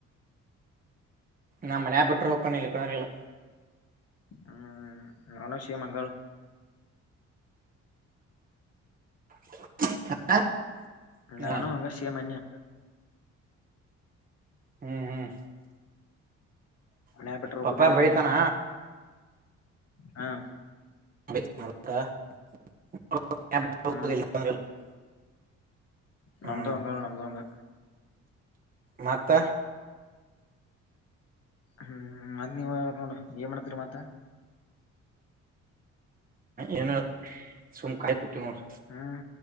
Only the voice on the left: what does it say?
ಹ್ಮ್ ನಾನು ಷೇಮ್ ಹಂಗಳ್
ನಾನು
ಹಂಗ ಶೇಮಂದ್ಣಿ
ಮನ್ಯ ಬಿಟ್ರ ಹೋಗುದು
ಇಲ್
ಕೈಲ್ಲ ಹಾ.
ಹ್ಮ್ ನಮ್ದೂ
ಹಂಗದ ನಮ್ದೂ ಹಂಗ
ಹ್ಮ್ ಮತ್ ನೀವ ಹೇಳ್ಬೇಕ ನೋಡ ಏನ್ ಮಾಡತ್ರಿ ಮತ್ತ
ಹ್ಮ್